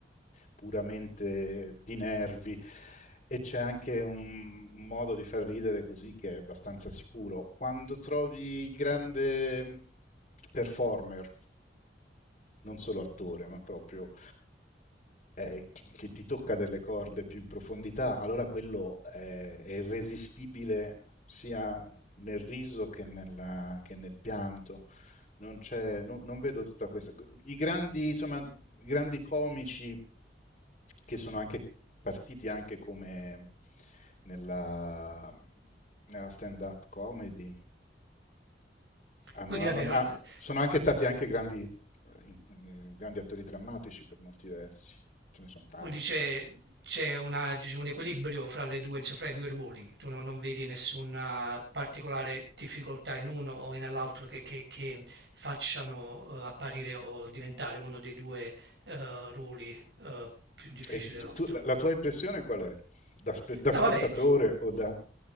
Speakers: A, on the left; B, on the right.
A: puramente di nervi. E c'è anche un, un modo di far ridere così che è abbastanza sicuro. Quando trovi il grande performer, non solo attore, ma proprio eh, chi- che ti tocca delle corde più in profondità, allora quello è, è irresistibile sia nel riso che, nella- che nel pianto. Non c'è, no- non vedo tutta questa. I grandi, insomma, i grandi comici che sono anche partiti anche come nella, nella stand-up comedy, hanno-
B: Quindi
A: hanno-
B: va bene,
A: ah, sono anche stati anche grandi, eh, in- eh, grandi attori drammatici per molti versi. Ce ne sono tanti,
B: Quindi c'è,
A: insomma.
B: c'è una- diciamo, un equilibrio fra le due, insomma, fra i due ruoli. Tu non, non vedi nessuna particolare difficoltà in uno o nell'altro che, che- che facciano eh, apparire o diventare uno dei due eh, ruoli eh, più difficili
A: E tu-
B: dell'altro.
A: tu- la tua impressione qual è? Da, spe- da
B: No,
A: spettatore
B: vabbè.
A: o da...